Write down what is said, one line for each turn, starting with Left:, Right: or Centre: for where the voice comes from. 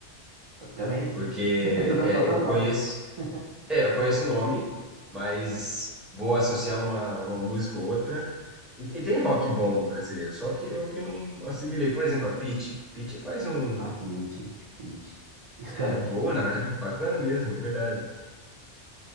Right: Eu também.
Centre: Porque
Right: <laughs> Você tá
Centre: é,
Right: falando
Centre: eu conheço.
Right: nome. <laughs>
Centre: É, eu conheço o nome, mas vou associar uma, uma música ou outra. E, e tem rock bom brasileiro, só que eu que não assimilei. Por exemplo, a Pitty. Pitty faz um.
Right: A Pitty, Pitty. Skank.
Centre: É boa, na verdade, bacana mesmo, é verdade.